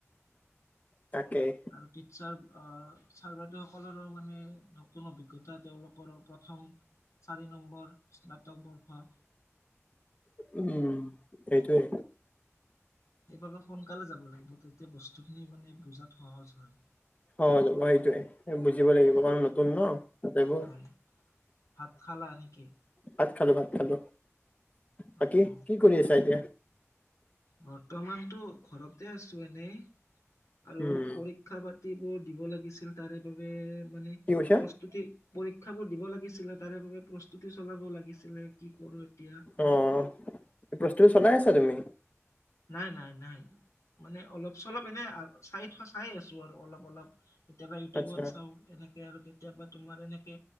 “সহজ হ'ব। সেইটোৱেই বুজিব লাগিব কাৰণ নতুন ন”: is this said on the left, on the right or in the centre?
Left